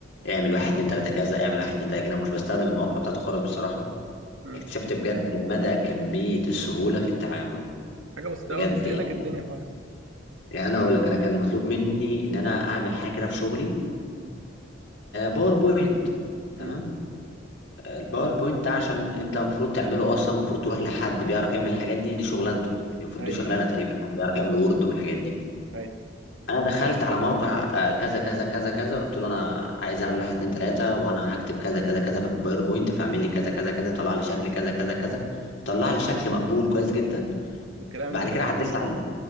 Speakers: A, on the left; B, on the right.
A: اعمل واحد اتنين تلاته كذا اعمل واحد اتنين تلاته كده انا مش بستخدم المواقع بتاعته خالص بصراحه
B: مم.
A: اكتشفت بجد مدى كميه السهوله في التعامل
B: حاجه بسيطه
A: بجد
B: قوي بيسهلك
A: يعني
B: الدنيا خالص
A: يعني انا اقول لك انا كان مطلوب مني ان انا اعمل حاجه كده في شغلي
B: مم،
A: باوربوينت تمام
B: مم.
A: الباوربوينت ده عشان انت المفروض تعمله اصلا المفروض تروح لحد بيعرف يعمل الحاجات دي دي شغلانته يعني المفروض
B: ايوه
A: دي شغلانه تقريبا حد بيعرف يعمل وورد والحاجات دي
B: ايوه
A: انا دخلت على موقع آه، كذا كذا كذا كذا قلت له انا عايز اعمل واحد اتنين تلاته وانا هكتب كذا كذا كذا في الباوربوينت فاعمل لي كذا كذا كذا طلع لي شكل كذا كذا كذا طلع لي شكل مقبول كويس جدا
B: والكلام
A: بعد
B: اللي انت
A: كده
B: عايزه
A: عدلت عليه